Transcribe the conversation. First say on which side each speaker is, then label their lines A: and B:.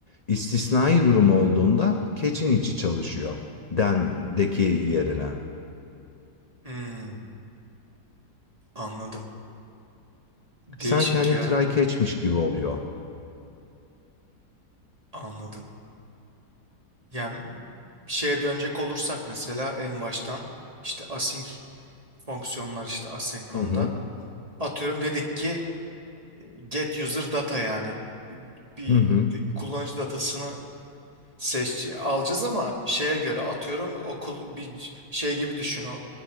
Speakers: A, on the left; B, on the right.
A: istisnai durum olduğunda catch'in içi çalışıyor den'deki yerine.
B: Hmm, anladım. Değişik
A: Sanki hani
B: ya.
A: try catch'miş gibi oluyor.
B: Anladım. Yani şeye dönecek olursak mesela en baştan işte async fonksiyonlar işte asenkronda
A: Hı hı.
B: atıyorum dedik ki e, get user data yani bir
A: Hı hı.
B: kullanıcı datasını seç alacağız ama şeye göre atıyorum okul bir şey gibi düşün o